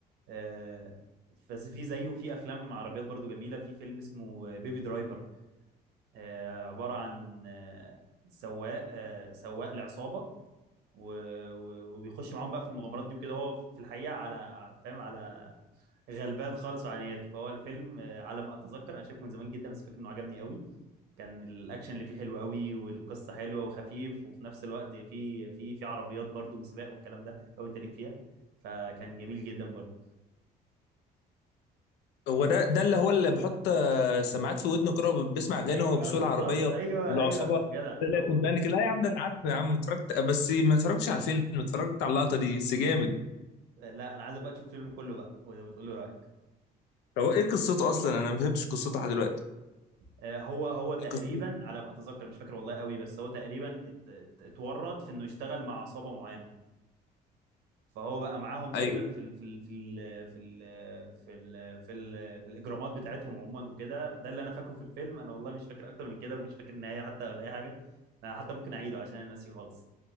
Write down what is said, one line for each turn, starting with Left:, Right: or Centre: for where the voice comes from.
Right: آه، بس في زيه في افلام عربيات برضو جميله في فيلم اسمه بيبي درايفر آه، عباره عن آه، سواق آه، سواق لعصابه و- و- وبيخش معاهم بقى في المغامرات دي وكده هو في الحقيقه على فاهم على غلبان خالص وعنيات فهو الفيلم آه، على ما اتذكر انا شايفه من زمان جدا بس فاكر انه عجبني قوي كان الاكشن اللي فيه حلو قوي والقصه حلوه وخفيف وفي نفس الوقت في في في عربيات برضو وسباق والكلام ده لو انت ليك فيها فكان جميل جدا برضو
Left: هو ده ده اللي هو اللي بحط آه، سماعات في ودنه كده وبيسمع اغاني
Right: ايوه
Left: وهو بيسوق
Right: بالظبط
Left: العربيه
Right: ايوه
Left: والعصابه
Right: ايوه جدع
Left: طلعت
Right: هو
Left: من بانك لا يا عم ده انا عارف يا عم اتفرجت بس ما اتفرجتش على الفيلم اتفرجت على اللقطه دي بس جامد
Right: لا انا عايزك بقى تشوف الفيلم كله بقى وتقول لي رايك
Left: هو ايه قصته اصلا انا ما فهمتش قصته لحد دلوقتي
Right: آه، هو هو تقريبا
Left: قصته
Right: على ما اتذكر مش فاكر والله قوي بس هو تقريبا ات- ات- اتورط في انه يشتغل مع عصابه معينه فهو بقى معاهم
Left: ايوه
Right: دايما في ال في ال في ال في ال في ال في, ال في الاجرامات بتاعتهم عموما وكده ده اللي انا فاكره في الفيلم انا والله مش فاكر اكتر من كده ومش فاكر النهايه حتى ولا اي حاجه انا حتى ممكن اعيده عشان انا ناسي خالص